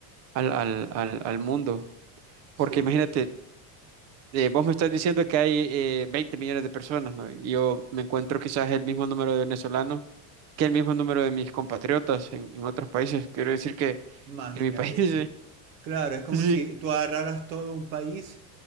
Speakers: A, on the right; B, on the right.
A: al, al, al- al mundo.
B: Sí.
A: Porque imagínate, eh, vos me estás diciendo que hay eh, 20 millones de personas, ¿no? Y yo me encuentro quizás el mismo número de venezolanos que el mismo número de mis compatriotas en, en otros países. Quiero decir que,
B: Imagínate
A: que mi país, <laughs>
B: tú. Claro, es como
A: sí,
B: si tú agarraras todo un país